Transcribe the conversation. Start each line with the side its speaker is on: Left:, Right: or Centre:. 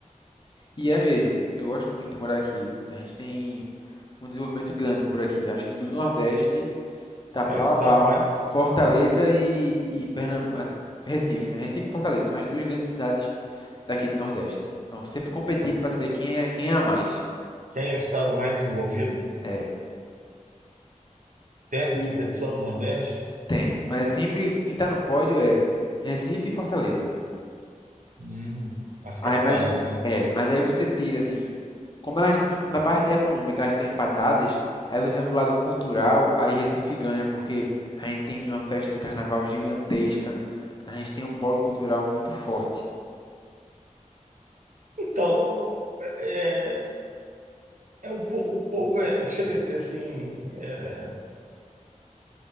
Left: E é mesmo. Eu gosto muito de morar aqui. A gente tem um desenvolvimento grande por aqui. Acho que do Nordeste tá
Right: É
Left: pau
Right: o estado
Left: a pau.
Right: mais
Left: Fortaleza e, e Pernambuco. Assim, Recife, né? Recife e Fortaleza são as duas grandes cidades daqui do Nordeste. Então, sempre competindo para saber quem é, quem é a mais.
Right: Quem é o estado mais envolvido?
Left: É.
Right: Tem essa
Left: E
Right: competição no Nordeste?
Left: tem. Mas sempre quem tá no pódio é Recife e Fortaleza.
Right: Hum, as capitais,
Left: Aí, mas,
Right: né?
Left: é, mas aí você tira assim, como elas no- na parte econômica elas estão empatadas, aí você vai pro lado cultural, aí Recife ganha porque a gente tem uma festa de carnaval gigantesca, a gente tem um polo cultural muito forte,
Right: Então, o, é, é um, po- o povo é- chega a ser assim, é,